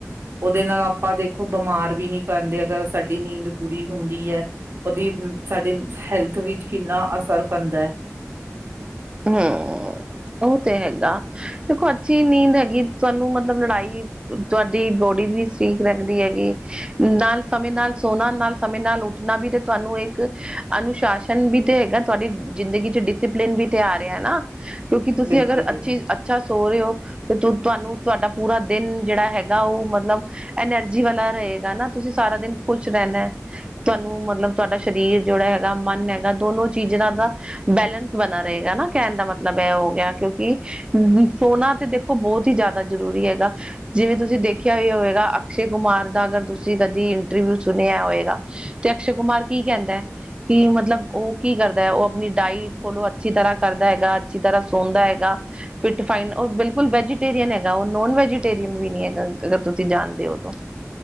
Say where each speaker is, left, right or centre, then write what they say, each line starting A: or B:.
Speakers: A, on the right (about 50°); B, on the right (about 20°).
A: ਔਦੇ ਨਾਲ ਆਪਾਂ ਦੇਖੋ ਬਿਮਾਰ ਵੀ ਨੀਂ ਪੈੰਦੇ ਅਗਰ ਸਾਡੀ ਨੀਂਦ ਪੂਰੀ ਹੁੰਦੀ ਐ, ਔਦੀ ਸਾਡੇ ਹੈਲਥ ਵਿੱਚ ਕਿੰਨਾ ਅਸਰ ਪੈਂਦੈ।
B: ਹਂ, ਓਹ ਤੇ ਹੈਗਾ। ਦੇਖੋ ਅੱਛੀ ਨੀਂਦ ਹੈਗੀ, ਸਾਨੂੰ ਮਤਲਬ ਲੜਾਈ ਤੁਆਡੀ ਬੋਡੀ ਵੀ ਠੀਕ ਰੱਖਦੀ ਹੈਗੀ। ਨਾਲ ਸਮੇਂ ਨਾਲ ਸੋਣਾ, ਨਾਲ ਸਮੇਂ ਨਾਲ ਉੱਠਣਾ ਬੀ ਤੇ ਤੁਵਾਨੂੰ ਏਕ ਅਨੁਸ਼ਾਸਨ ਬੀ ਤੇ ਹੈਗੈ, ਤੁਹਾਡੀ ਜ਼ਿੰਦਗੀ ਚ ਡਿਸੀਪਲੇਨ ਵੀ ਤੇ ਆ ਰਿਐ ਨਾਂ, ਕਿਉਂਕਿ ਤੁਸੀਂ
A: ਬਿਲਕੁਲ,
B: ਅਗਰ
A: ਬਿਲਕੁਲ
B: ਅੱਛੀ ਅੱਛਾ ਸੋ ਰੇ ਹੋ, ਤੇ ਤੁ ਤੁਵਾਨੂੰ ਤੁਵਾਡਾ ਪੂਰਾ ਦੇਨ ਜੇੜਾ ਹੈਗਾ, ਓਹ ਮਤਲਬ ਐਨਰਜੀ ਵਾਲਾ ਰਏ ਰਏਗਾ ਨਾਂ, ਤੁਸੀਂ ਸਾਰਾ ਦਿਨ ਖੁਸ਼ ਰੈਣੈ। ਤਾਨੂੰ ਮਤਲਬ ਤਵਾਡਾ ਸਰੀਰ ਜੇੜਾ ਹੈਗਾ ਮਨ ਹੈਗਾ ਦੋ ਦੋਨੋ ਚੀਜ਼ੜਾ ਦਾ ਬੈਲੈਂਸ ਬਣਾ ਰਏਗਾ ਨਾ ਕੈਣ ਦਾ ਮਤਲਬ ਐ ਹੋ ਗਿਆ, ਕਿਉਂਕਿ ਸੋਨਾਂ ਤੇ ਦੇਖੋ ਬੌਤ ਹੀ ਜਾਦਾ ਜ਼ਰੂਰੀ ਹੈਗਾ। ਜਿਵੇਂ ਤੁਸੀਂ ਦੇਖਿਆ ਈ ਹੋਏਗਾ, ਅਕਸ਼ੇ ਕੁਮਾਰ ਦਾ ਅਗਰ ਤੁਸੀਂ ਕਦੀ ਇੰਟਰਵਿਊ ਸੁਣਿਆ ਹੋਏਗਾ, ਤੇ ਅਕਸ਼ੇ ਕੁਮਾਰ ਕੀ ਕੈੰਦੈ ਕਿ ਮਤਲਬ ਓਹ ਕੀ ਕਰਦੈ? ਓਹ ਅਪਣੀ ਡਾਇਟ ਫੋਲੋ ਅਤ ਅੱਛੀ ਤਰ੍ਹਾਂ ਕਰਦਾ ਹੈਗਾ, ਅੱਛੀ ਤਰ੍ਹਾਂ ਸੋੰਦਾ ਹੈਗਾ, ਫਿਟ ਫਾਈਨ। ਓਹ ਬਿਲਕੁਲ ਵੈਜੀਟੇਰੀਅਨ ਹੈਗਾ, ਓਹ ਨੋਨ ਵੈ ਵੈਜੀਟੇਰਿਅਣ ਵੀ ਨੀਂ ਹੈਗਾ, ਅਗਰ ਤੁਸੀਂ ਜਾਣਦੇ ਹੋ ਤੋ।